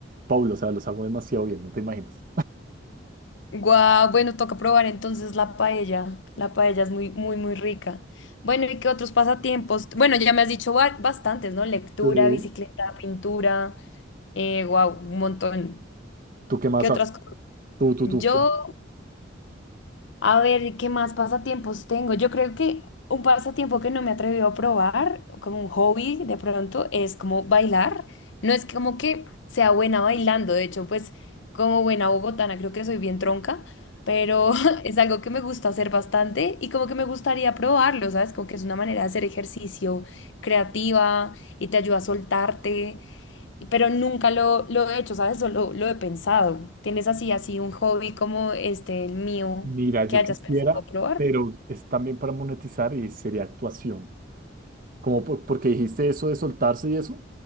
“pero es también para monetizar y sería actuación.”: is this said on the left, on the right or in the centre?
Right